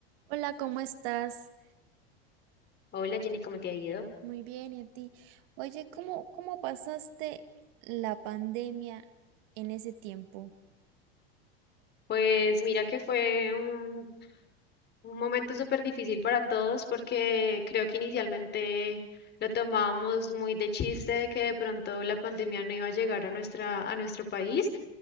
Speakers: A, on the right; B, on the left.
A: Hola, ¿cómo estás?
B: Hola Jenny, ¿cómo te ha ido?
A: Muy bien, ¿y a ti? Oye, ¿cómo, cómo pasaste la pandemia en ese tiempo?
B: Pues mira que fue un, un momento súper difícil para todos porque creo que inicialmente lo tomábamos muy de chiste de que de pronto la pandemia no iba a llegar a nuestra, a nuestro país,